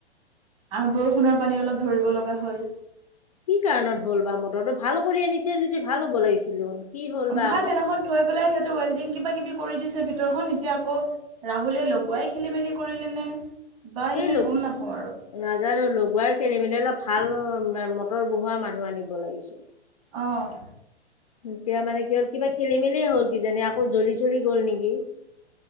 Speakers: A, on the right; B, on the left.
A: আ, বৰষুণৰ পানী অলপ ধৰিব লগা হ'ল।
B: কি কাৰণত হ'ল বা মটৰটো, ভাল কৰি আনিছে যদি ভাল হ'ব লাগিছিল <unintelligible>
A: ভাল
B: আকৌ
A: সেইদিনাখন থৈ পেলাই সিহঁতে ৱেল্ডিং কিবা কিবি কৰি দিছে ভিতৰখন এতিয়া আকৌ ৰাহুলে লগোৱাই খেলি মেলি কৰিলেনে বা
B: সেই
A: এনে
B: লোক
A: গম নাপাওঁ আৰু।
B: নাজানো, লগোৱাই খেলি মেলি, অলপ ভাল মটৰ বহোৱা মানুহ আনিব লাগিছিল।
A: অ'।
B: এতিয়া মানে কি হ'ল, কিবা খেলি মেলি হ'ল কিজানি, আকৌ জ্বলি চলি গ'ল নেকি।